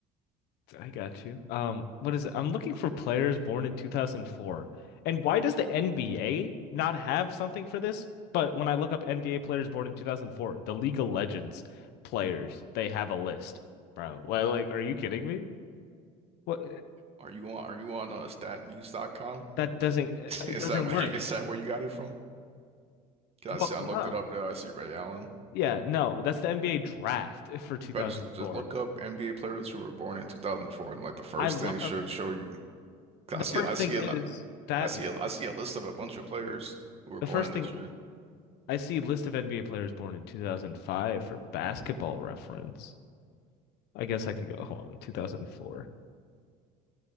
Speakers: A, on the left (about 70°); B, on the right (about 35°).
A: I got you. Um, what is it? I'm looking for players born in 2004. And why does the NBA not have something for this? But when I look up NBA players born in 2004, the League of Legends players, they have a list, bro. Li- Like, are you kidding me? What?
B: Are you on Are you on uh, StatMuse.com?
A: That doesn't
B: <laughs>
A: it
B: Is
A: doesn't
B: that where
A: work.
B: you is that where you got it from? 'Cause I
A: Well,
B: see I
A: no.
B: looked it up there. I see Ray Allen.
A: Yeah, no. That's the NBA draft for 2004.
B: If I just just look up NBA players who were born in 2004, and like the first
A: I look
B: thing should
A: up
B: show you. 'Cause
A: the
B: I see
A: first
B: I see
A: thing is that
B: I see
A: meme.
B: a I see a list of a bunch of players who were born
A: The first
B: in
A: thing
B: this year.
A: I see list of NBA players born in 2005 for basketball reference. I guess I could go, hold on, 2004.